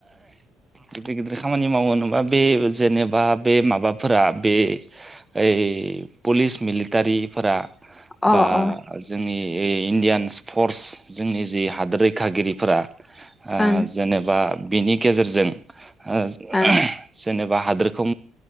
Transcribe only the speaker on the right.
गिदिर गिदिर खामानि मावो होनोबा बे जेनेबा बे माबाफोरा बे ओइ पुलिस मिलिटारिफोरा
बा जोंनि ऐ इण्डियान फर्स जोंनि जि हादोर रैखागिरिफोरा ओ
जेनेबा बिनि गेजेरजों ओ आ
जेनेबा हादोरखौ